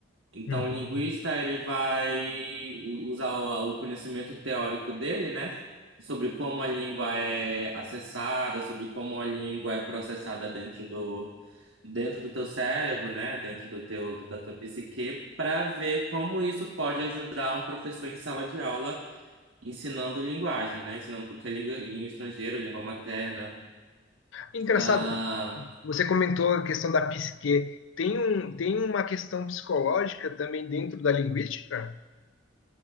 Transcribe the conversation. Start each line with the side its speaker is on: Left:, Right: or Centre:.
Right: Então,
Left: Uhum.
Right: o linguista ele vai u- usar o o conhecimento teórico dele, né? Sobre como a língua é acessada, sobre como a língua é processada dentro do dentro do teu cérebro, né? Dentro do teu da tua psique, para ver como isso pode ajudar um professor em sala de aula ensinando linguagem, né? Ensinando qualquer língua, língua estrangeira, língua materna.
Left: Engraçado,
Right: Ah,
Left: você comentou a questão da psique. Tem um, tem uma questão psicológica também dentro da linguística?